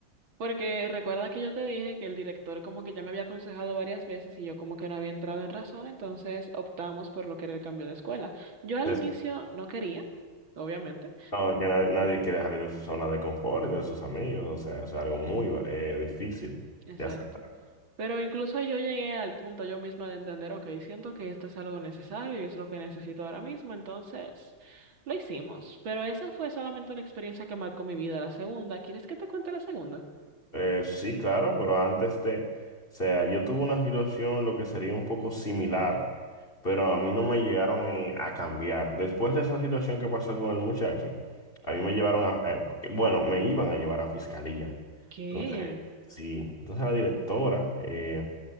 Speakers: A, on the right (about 70°); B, on the left (about 25°).
A: Porque recuerda que yo te dije que el director como que ya me había aconsejado varias veces y yo como que no había entrado en razón, entonces optamos por lo que era el cambio de escuela. Yo al
B: es-
A: inicio no quería, obviamente,
B: no, que nadie, nadie quiere salir de su zona de confort y de sus amigos, o sea, es algo muy eh, difícil
A: exacto,
B: de aceptar.
A: pero incluso yo llegué al punto yo misma de entender, ok, siento que esto es algo necesario y es lo que necesito ahora mismo, entonces lo hicimos, pero esa fue solamente una experiencia que marcó mi vida. La segunda, ¿quieres que te cuente la segunda?
B: Eh, sí, claro, pero antes de, o sea, yo tuve una situación lo que sería un poco similar, pero a mí no me llegaron eh, a cambiar. Después de esa situación que pasó con el muchacho, a mí me llevaron a, eh, bueno, me iban a llevar a fiscalía.
A: ¿Qué?
B: Entonces, sí, entonces la directora, eh,